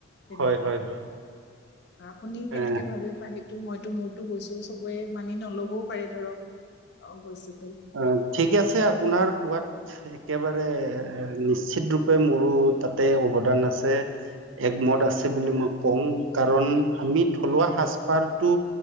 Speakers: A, on the left; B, on the right.
A: তেনেকুৱাই,
B: হয় হয় হয় হয়
A: আপুনি কেনেকে
B: এ
A: ভাবে বা সেইটো মইতো মোৰতো কৈছোঁ চবৰে মা- মানি নলবও পাৰে ধৰক, অঁ বস্তুটো।
B: অঁ, ঠিক আছে। আপোনাৰ কোৱাত- একেবাৰে নিশ্চিত ৰূপে মোৰো তাতে অৱদান আছে। একমত আছে বুলি মই কওঁ। কাৰণ আমি থলুৱা সাজপাৰটো-